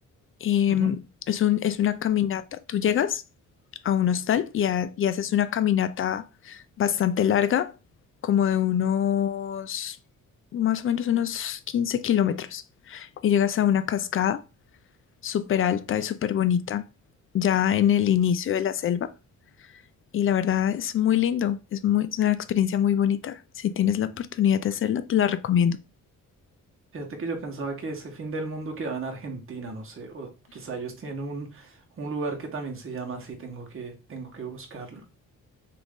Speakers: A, on the left; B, on the right.
A: Em,
B: Ujú.
A: es un, es una caminata. Tú llegas a un hostal y, ha- y haces una caminata bastante larga, como de unos, más o menos unos 15 kilómetros. Y llegas a una cascada súper alta y súper bonita, ya en el inicio de la selva. Y la verdad es muy lindo, es muy, es una experiencia muy bonita. Si tienes la oportunidad de hacerla, te la recomiendo.
B: Fíjate que yo pensaba que ese fin del mundo quedaba en Argentina, no sé, o quizá ellos tienen un, un lugar que también se llama así, tengo que, tengo que buscarlo.